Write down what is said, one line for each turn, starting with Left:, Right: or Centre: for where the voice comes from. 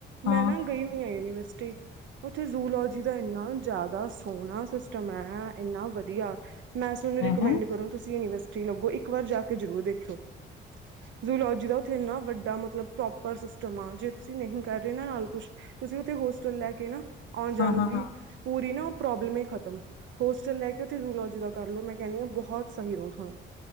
Right: ਮੈਂ
Left: ਹਾਂ
Right: ਨਾ ਗਈ ਹੋਈ ਹਾਂ ਯੂਨੀਵਰਸਿਟੀ ਉੱਥੇ ਯੂਲੋਜੀ ਦਾ ਇੰਨਾ ਜ਼ਿਆਦਾ ਸੋਹਣਾ ਸਿਸਟਮ ਹੈ ਇੰਨਾ ਵਧੀਆ। ਮੈਂ ਸੋਨੂੰ
Left: ਹੈ
Right: ਰੁਕਮੈਡ
Left: ਹੈ
Right: ਕਰੋ, ਤੁਸੀ ਯੂਨੀਰਸਿਟੀ ਲਗੋ ਇੱਕ ਵਾਰ ਜਾ ਕੇ ਜਰੂਰ ਦੇਖੇਊ। ਯੂਲੋਜੀ ਦਾ ਉੱਥੇ ਇੰਨਾ ਵੱਡਾ ਮਤਲਬ ਪ੍ਰੋਪਰ ਸਿਸਟਮ ਆ ਜੇ ਤੁਸੀਂ ਨਹੀਂ ਕਰ ਰਹੇ ਨਾ ਨਾਲ ਕੁਛ ਤੁਸੀਂ ਉੱਥੇ ਹੋਸਟਲ ਲੈ ਕੇ ਨਾ। ਆ ਜਾਂਦੀ
Left: ਹਾਂ ਹਾਂ ਹਾਂ
Right: ਪੂਰੀ ਨਾ। ਪ੍ਰੋਬਲਮ ਹੀ ਖਤਮ ਹੋਸਟਲ ਲੈ ਕੇ ਉੱਥੇ ਯੂਲੋਜੀ ਦਾ ਕਰਲੋ ਮੈਂ ਕਹਿੰਦੀ ਹਾਂ ਬਹੁਤ ਸਹੀ ਰਹੁ ਤੁਹਾਨੂੰ।